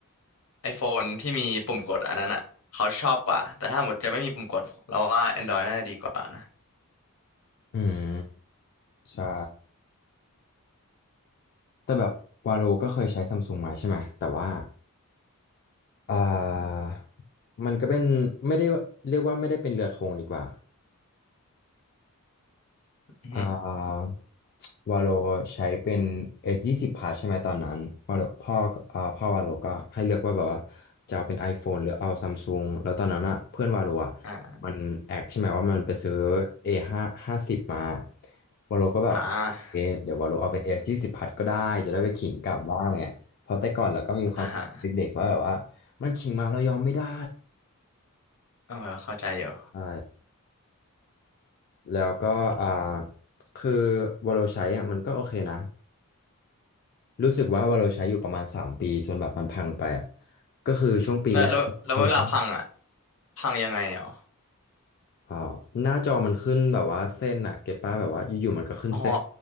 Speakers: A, on the left (about 70°); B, on the left (about 45°).
A: ไอโฟนที่มีปุ่มกดอันนั้นอ่ะเขาชอบกว่าแต่ถ้าหมดจะไม่มีปุ่มกดเราว่า Android น่าจะดีกว่านะ
B: อืมใช่แต่แบบวาโลก็เคยใช้ซัมซุงมาใช่ไหมแต่ว่าอ่ามันก็เป็นไม่ได้เรียกว่าไม่ได้เป็นเรือธงดีกว่า
A: อือฮึ
B: อ่าวาโลใช้เป็นเอยี่สิบพาร์ทใช่ไหมตอนนั้นวาโลพ่ออ่าพ่อวาโลก็ให้เลือกว่าแบบว่าจะเอาเป็น iPhone หรือเอาซัมซุงแล้วตอนนั้นอ่ะเพื่อนวาโลอ่ะ
A: อ่า
B: มันแอกใช่ไหมว่ามันไปซื้อ A ห้าห้าสิบมาวาโลก็แบบ
A: อ่า
B: เอะเดี๋ยววาโลเอาเป็น S ยี่สิบพาร์ทก็ได้จะได้ไปขิงกลับบ้างเนี่ยเพราะแต่ก่อนเราก็มีความคิดเด็กๆว่าแบบว่ามันขิงมาเรายอมไม่ได้
A: อ่าฮะเออเข้าใจอยู่
B: ใช่แล้วก็อ่าคือวาโลใช้อ่ะมันก็โอเคนะ รู้สึกว่าวาเราใช้อยู่ประมาณสามปีจนแบบมันพังไปอ่ะก็คือช่วงปีแรกโอเคมาก
A: แล้วแล้วแล้วเวลาพังอ่ะพังยังไงอ๋อ
B: อ๋อหน้าจอมันขึ้นแบบว่าเส้นอ่ะเก็ตป้าแบบว่าอยู่ๆมันก็ขึ้นเส้น
A: อ๋อ